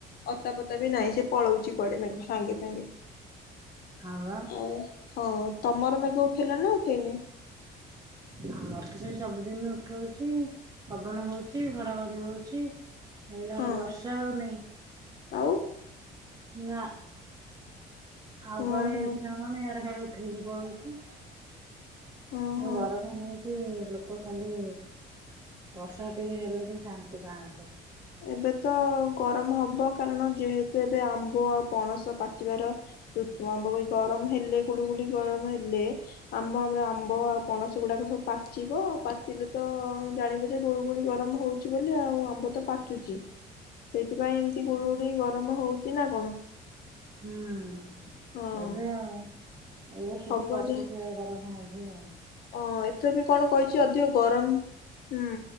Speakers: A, on the left; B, on the right.
A: ଅତା ପତା ବି ନାହିଁ ସେ ପଳଉଛି କୁଆଡେ ମେଘ ସାଙ୍ଗେ ସାଙ୍ଗେ
B: ହଁ ବା
A: ଆଉ ହଁ ତମର ମେଘ ଉଠେଇଲାଣି ନା ଉ ତିନି
B: ଆମର ତ ସେଇ ସବୁଦିନି ଉଠଉଛି ପବନ ହଉଛି ଘଡଘଡି ହଉଛି ଦେଖିଲା
A: ହଁ
B: ବେଳୁ ବର୍ଷା ହଉନାହିଁ।
A: ଆଉ
B: ନା ଆଉ
A: ହଁ
B: କୁଆଡେ ହେଇଛି
A: ହଁ
B: ନା କଣ ଇଆଡେ ଖାଲି ଉ ଉଠେଇକି ପଳଉଛି
A: ହଁ
B: ଯୋଉ
A: ହଁ
B: ଗରମ ହଉ ସେ ଲୋକ ଖାଲି ବର୍ଷା ଟିକେ ହେଲେ ବି ଶାନ୍ତି ପାଆନ୍ତେ
A: ଏବେ ତ ଗରମ ହବ କାରଣ ଯେହେତୁ ଏବେ ଆମ୍ବ ଆଉ ପଣସ ପାଚିବାର ଋତୁ ଆମ୍ବ ବି ଗରମ ହେଲେ ଗୁଳୁଗୁଳି ଗରମ ହେଲେ ଆମ୍ବ ଆମର ଆମ୍ବ ଆଉ ପଣସ ଗୁଡାକ ସବୁ ପାଚିବ ପାଚିଲେ ତ ଜାଣିବୁ ଯେ ଗୁଳୁଗୁଳି ଗରମ ହଉଛି ବୋଲି ଆଉ ଆମ୍ବ ତ ପା ଚୁଛିି ସେଥିପାଇଁ ଏମିତି ଗୁଳୁଗୁଳି ଗର ରମ ହଉଛି ନା କଣ?
B: ହୁଁ
A: ହଁ
B: ବୋଧେ ଆଉ ଏଇ ବର୍ଷ
A: ହବ
B: ଟିକେ ଅତିଶୟ ଗରମ ହଉ ଛି ଆଉ
A: ହଁ ଏଥର ବି କଣ କହିଛି ଅଧିକ ଗରମ ହୁଁ